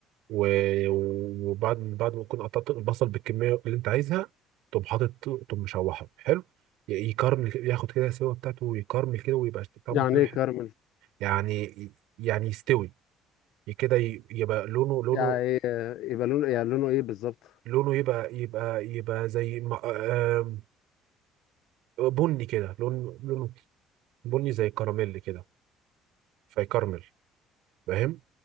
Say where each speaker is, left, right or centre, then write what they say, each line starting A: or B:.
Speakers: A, on the right (about 75°); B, on the left (about 65°).
A: و- وبعد بعد ما تكون قطعت البصل بالكميه اللي انت عايزها تقوم حاطط تقوم مشوحه حلو ي- يكرمل كده، ياخد كده السوا بتاعته ويكرمل كده ويبقى طعمه
B: يعني
A: كده
B: ايه
A: حلو
B: كارمل
A: يعني يعني يستوي كده ي- يبقى لونه لونه
B: يعني إيه- يبقى لونه يعني لونه ايه بالظبط
A: لونه يبقى يبقى يبقى زي ما- آم، بني كده لون لونه بني زي كراميل كده فيكرمل فاهم